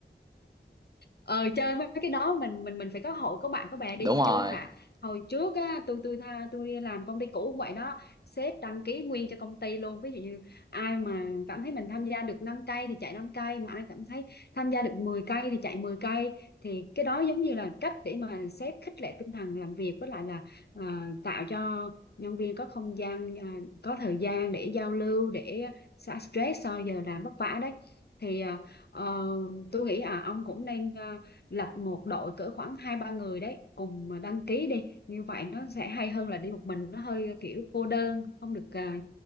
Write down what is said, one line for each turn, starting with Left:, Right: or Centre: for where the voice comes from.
Left: ờ chơi mấy cái đó mình mình mình phải có hội có bạn có bè
Right: <laughs>
Left: đi
Right: đúng
Left: mới
Right: rồi
Left: vui không ạ hồi trước á tôi tôi tha- tôi làm công ty cũ cũng vậy đó sếp đăng ký nguyên cho công ty luôn ví dụ như ai mà cảm thấy mình tham gia được 5 cây thì chạy năm cây mà ai cảm thấy tham gia được 10 cây thì chạy mười cây thì cái đó giống như là cách để mà sếp khích lệ tinh thần làm việc với lại là à, tạo cho nhân viên có không gian à, có thời gian để giao lưu để xả stress sau giờ làm vất vả đấy thì ờ, ờ, tôi nghĩ à ông cũng nên ờ, lập một đội cỡ khoảng hai ba người đấy cùng mà đăng ký đi như vậy nó sẽ hay hơn là đi một mình nó hơi kiểu cô đơn không được ờ,